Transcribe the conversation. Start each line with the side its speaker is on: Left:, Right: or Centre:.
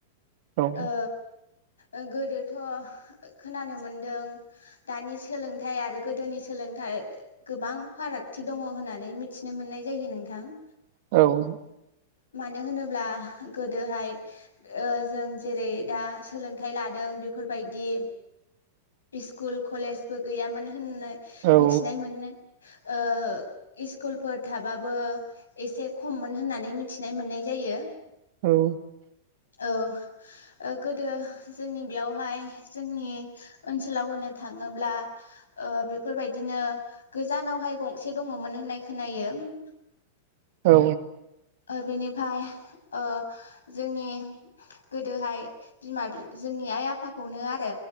Right: औ
Left: ओ ओ गोदो थ' खोनानो मोनदों दानि सोलोंथाइ आरो गोदोनि सोलोंथाइ गोबां फारागथि दङ होननानै मिथिनो मोननाय जायो नोंथां ।
Right: औ
Left: मानो होनोब्ला गोदोहाय ओ जों जेरै दा सोलोंथाइ लादों बेफोरबायदि स्कुल कलेजबो गैयामोन होननाय
Right: औ
Left: मिथिनाय मोननो ओ इस्कुलफोर थाबाबो एसे खममोन होननानै मिथ थिनाय मोननाय जायो ।
Right: औ
Left: औ गोदो जोंनि बेयावहाय जोंनि ओनसोलाव होनो थाङोब्ला ओ बेफोरबायदिनो गोजानावहाय गंसे दङमोन होननाय खोनायो ।
Right: औ
Left: ओ बिनिफ्राय ओ जोंनि गोदोहाय बिमा बि जोंनि आइ आफाखौनो आरो